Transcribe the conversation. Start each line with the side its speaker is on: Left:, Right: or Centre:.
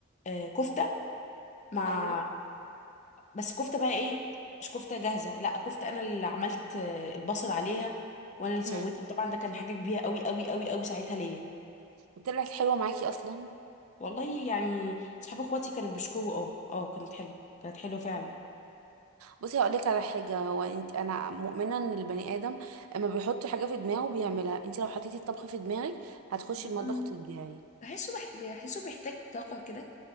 Left: آه، كفته مع
Right: ايوه
Left: بس كفته بقى ايه مش كفته جاهزه لا كفته انا اللي عملت آه، البصل عليها وانا اللي سويتها
Right: امم
Left: طبعا ده كان حاجه كبيره قوي قوي قوي قوي ساعتها ليا
Right: وطلعت حلوه معاكي اصلا
Left: والله يعني صحاب اخواتي كانوا بيشكوا اه اه كانت حلوه كانت حلوه فعلا
Right: بصي هقول لك على حاجه هو انت انا مؤمنه ان البني ادم اما بيحط حاجه في دماغه بيعملها انت لو حطيتي الطبخ في دماغك هتخشي المطبخ
Left: مم.
Right: وتبدعي
Left: بحسه بحت... بحسه بيحتاج طاقة كده